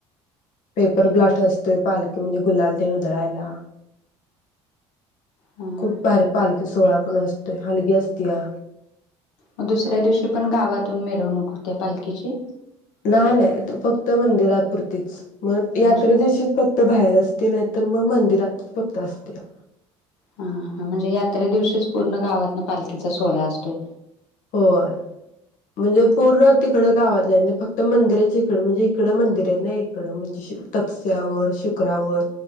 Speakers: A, on the left; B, on the left.
A: पेपर ब्लास्ट असतोय पाल म्हणजे गुलाल आणी ते उधळायला.
B: हां
A: खूप भारी पालखी सोहळा असतोय हलगी असतीया.
B: मग दुसऱ्या दिवशी पण गावातून मिर त्या पालखीची.
A: नाही नाही फक्त मंदिरापुुरतीच मग
B: म्हणजे
A: यात्रा दिवशी फक्त बाहेर असते. ती नाही तर मग मंदिरात फक्त असतेया.
B: हा हा म्हणजे यात्रे दिवशीच पूर्ण गावातन पालखीचा सोहळा असतोय.
A: होय म्हणजे पूर्ण तिकडं गावात आहे ना फक्त मंदिरच इकडं म्हणजे इकडं मंदिर आहे ना इकडं म्हणजे शिक तपस्यावर शिक गरावर